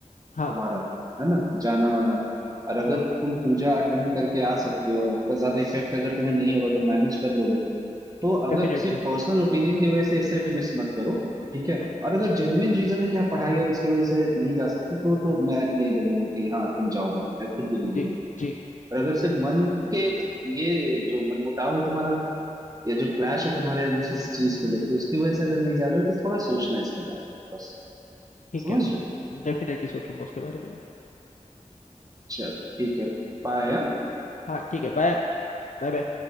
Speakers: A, on the right; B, on the left.
A: तुम्हारा
B: हाँ
A: है ना जाना वाना और अगर
B: हाँ
A: तुम पूजा अटेंड करके आ सकते हो और इतना ज्यादा इफेक्ट अगर तुम्हें नहीं होगा तो मैनेज कर लोगे तो अगर
B: डेफिनेटली
A: सिर्फ पर्सनल ओपिनियन की वजह से इसे मिस मत करो ठीक है
B: हम्म
A: और अगर जेन्युइन रीजन है कि आप पढ़ाई और इसकी वजह से नहीं जा सकते तो तो मैं नहीं बोलूंगा कि हाँ तुम जाओ भाई मैं खुद भी नहीं
B: जी
A: बोलूंगा
B: जी
A: और अगर सिर्फ मन के ये जो मनमुटाव है तुम्हारा या जो क्लैश है तुम्हारे अंदर इस चीज को लेके उसकी वजह से अगर नहीं जा रहे हो तो थोड़ा सोचना है इसके बारे में बस
B: ठीक
A: समझ
B: है
A: रहे हो
B: डेफिनेटली सोचूंगा उसके बारे में मैं।
A: चलो ठीक है बाय
B: हाँ ठीक है बाय Bye bye